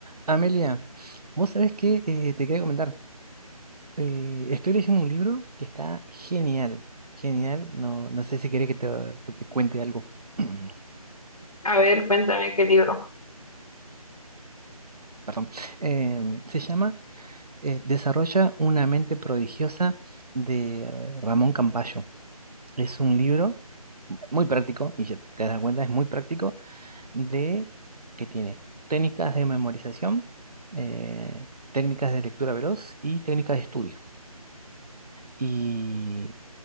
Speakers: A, on the right; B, on the left.
A: Amelia, vos sabés que eh, te quería comentar. eh, estoy leyendo un libro que está genial, genial. No, no sé si querés que te, que te cuente algo. <clears throat>
B: A ver, cuéntame qué libro.
A: Perdón. Em, se llama eh, Desarrolla una mente prodigiosa de eh, Ramón Campayo. Es un libro muy práctico, y ya te das cuenta, es muy práctico, de que tiene técnicas de memorización, eh, técnicas de lectura veloz y técnicas de estudio. Y